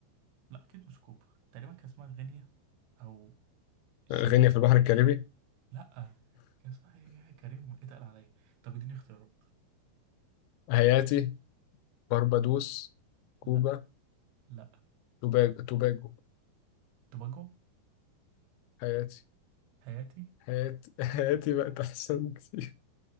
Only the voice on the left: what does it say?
غينيا في البحر الكاريبي
هايتي باربادوس
كوبا
توباجو توباجو
هايتي
هايتي <laughs> هايتي بقت أحسن كتير